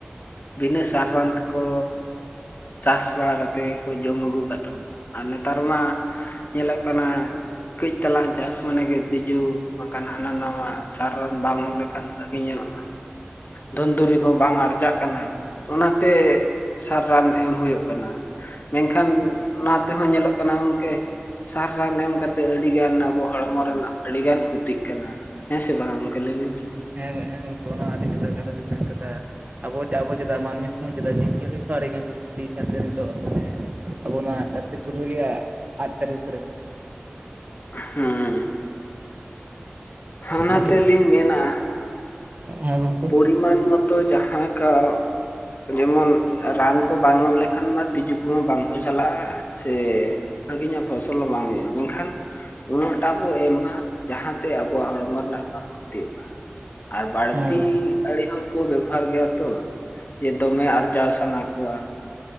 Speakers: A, on the left; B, on the right.
A: ᱵᱤᱱᱟᱹ ᱥᱟᱨᱵᱟᱱ ᱛᱮᱠᱚ ᱪᱟᱥ ᱵᱟᱲᱟ ᱠᱟᱛᱮ ᱜᱮᱠᱚ ᱡᱚᱢ ᱟᱹᱜᱩ ᱟᱠᱟᱜ ᱛᱟᱵᱚᱱᱟ ᱟᱨ ᱱᱮᱛᱟᱨ ᱢᱟ ᱧᱮᱞᱚᱜ ᱠᱟᱱᱟ ᱠᱟᱹᱡ ᱛᱟᱞᱟᱝ ᱪᱟᱥ ᱢᱟᱱᱮ ᱜᱮ ᱛᱤᱡᱩ ᱵᱟᱝ ᱠᱷᱟᱱ ᱦᱟᱱᱟ ᱱᱟᱣᱟ ᱥᱟᱨ ᱨᱟᱱ ᱵᱟᱝ ᱮᱢ ᱞᱮᱠᱷᱟᱱ ᱵᱷᱟᱹᱜᱤ ᱧᱚᱜ, ᱫᱷᱚᱱ ᱫᱩᱨᱤᱵ ᱦᱚᱸ ᱵᱟᱝ ᱟᱨᱡᱟᱜ ᱠᱟᱱᱟ ᱾ ᱚᱱᱟᱛᱮ ᱥᱟᱨ ᱨᱟᱱ ᱮᱢ ᱦᱳᱭᱳᱜ ᱠᱟᱱᱟ ᱾ ᱢᱮᱱᱠᱷᱟᱱ ᱚᱱᱟ ᱛᱮᱦᱚᱸ ᱧᱮᱞᱚᱜ ᱠᱟᱱᱟ ᱜᱚᱝᱠᱮ ᱥᱟᱨ ᱨᱟᱱ ᱮᱢ ᱠᱟᱛᱮ ᱟᱹᱰᱤ ᱜᱟᱱ ᱟᱵᱚ ᱦᱚᱲᱢᱚ ᱨᱮᱱᱟᱜ ᱟᱹᱰᱤ ᱜᱟᱱ ᱠᱷᱚᱛᱤᱜ ᱠᱟᱱᱟ ᱦᱮᱸᱥᱮ ᱵᱟᱝ? ᱠᱮ ᱞᱟᱹᱭ ᱵᱮᱱ ᱥᱮ
B: ᱦᱮᱸ, ᱦᱮᱸ, ᱜᱚᱝᱠᱮ ᱚᱱᱟ ᱟᱹᱰᱤ ᱡᱚᱛᱷᱟᱛ ᱠᱟᱛᱷᱟ ᱵᱤᱱ ᱢᱮᱱ ᱠᱟᱫᱟ᱾ ᱟᱵᱚ, ᱟᱵᱚ ᱪᱮᱫᱟᱜ ᱢᱟᱹᱱᱢᱤ ᱥᱩᱫᱷᱩ, ᱪᱮᱫᱟᱜ ᱡᱤᱵᱽ ᱡᱤᱭᱟᱹᱞᱤ ᱠᱚᱣᱟᱜ ᱟᱹᱰᱤ ᱜᱟᱱ ᱠᱚ ᱠᱷᱩᱛᱤ ᱠᱟᱱ ᱛᱮ ᱱᱤᱛᱚᱜ ᱢᱟᱱᱮ ᱟᱵᱚ ᱱᱚᱣᱟ ᱫᱷᱟᱹᱨᱛᱤ ᱯᱩᱨᱤ ᱨᱮᱜᱮ ᱟᱫ ᱥᱟᱹᱨᱤ ᱩᱛᱟᱹᱨ ᱠᱟᱱᱟ᱾
A: ᱦᱩᱸ, ᱦᱟᱱᱟ
B: ᱱᱚᱛᱮ
A: ᱛᱮᱞᱤᱧ ᱢᱮᱱᱟ,
B: ᱦᱮᱸ ᱜᱚᱝᱠᱮ
A: ᱯᱚᱨᱤᱢᱟᱱ ᱢᱚᱛᱚ ᱡᱟᱦᱟᱸ ᱠᱚ ᱡᱮᱢᱚᱱ ᱨᱟᱱ ᱠᱚ ᱵᱟᱝ ᱮᱢ ᱞᱮᱠᱷᱟᱱ ᱢᱟ, ᱛᱤᱡᱩ ᱠᱚᱦᱚᱸ ᱵᱟᱝ ᱠᱚ ᱪᱟᱞᱟᱜ-ᱟ, ᱥᱮ ᱵᱷᱟᱹᱜᱤ ᱧᱚᱜ ᱯᱷᱚᱥᱚᱞ ᱦᱚᱸ ᱵᱟᱝ ᱦᱳᱭᱳᱜᱼᱟ᱾ ᱢᱮᱱᱠᱷᱟᱱ ᱩᱱᱟᱹᱜ ᱴᱟᱜ ᱵᱚ ᱮᱢ ᱢᱟ ᱡᱟᱦᱟᱸ ᱛᱮ ᱟᱵᱚ ᱟᱵᱚᱣᱟᱜ ᱦᱚᱲᱢᱚ ᱨᱮᱱᱟᱜ ᱵᱟᱝ ᱠᱷᱚᱛᱤᱜ ᱢᱟ, ᱟᱨ ᱵᱟᱹᱲᱛᱤ
B: ᱦᱮᱸ ᱜᱚᱝᱠᱮ
A: ᱟᱹᱰᱤ ᱦᱚᱲ ᱠᱚ ᱵᱮᱵᱚᱦᱟᱨ ᱜᱮᱭᱟ ᱛᱚ, ᱡᱮ ᱫᱚᱢᱮ ᱟᱨᱡᱟᱣ ᱥᱟᱱᱟ ᱠᱚᱣᱟ᱾